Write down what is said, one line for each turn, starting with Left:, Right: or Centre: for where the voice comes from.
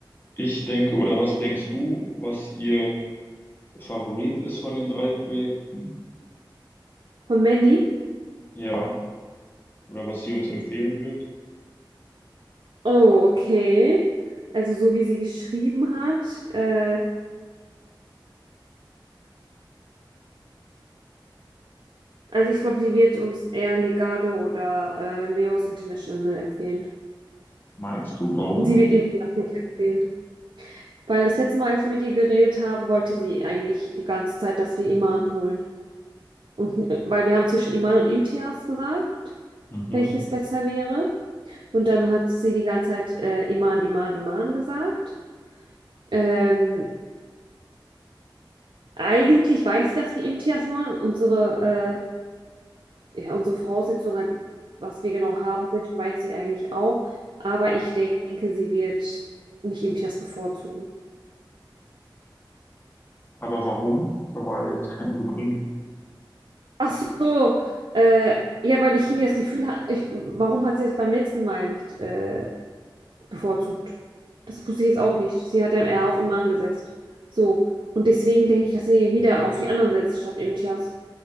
Left: ich denke, oder was denkst du, was ihr Favorit ist von den drei Projekten?
Right: Von Mandy?
Left: Ja, oder was sie uns empfehlen wird?
Right: Oh, okay. Also so wie sie geschrieben hat. Äh, also ich glaube, sie wird uns eher Legado oder äh, Leos International empfehlen.
Left: Meinst du, warum?
Right: Sie wird ihm das nicht empfehlen. Weil das letzte Mal, als wir mit ihr geredet haben, wollte sie eigentlich die ganze Zeit, dass wir Iman holen. Und äh, weil wir haben zwischen Iman und Imtiaz gesagt,
Left: Mhm.
Right: welches besser wäre. Und dann hat sie die ganze Zeit äh, Iman, Iman, Iman gesagt. Ähm, eigentlich weiß sie, dass wir Imtiaz wollen. Und unsere, äh, ja, unsere Voraussetzung, halt, was wir genau haben möchten, weiß sie eigentlich auch. Aber ich denke, sie wird nicht Imtiaz bevorzugen.
Left: Aber warum? Da war ja jetzt keine Begründung.
Right: Ach so, äh, ja, weil ich irgendwie das Gefühl habe, warum hat sie es beim letzten Mal nicht äh, bevorzugt? Das wusste ich jetzt auch nicht. Sie hat dann eher auf Iman gesetzt. So. Und deswegen denke ich, dass sie wieder auf die anderen setzt, statt Imtiaz.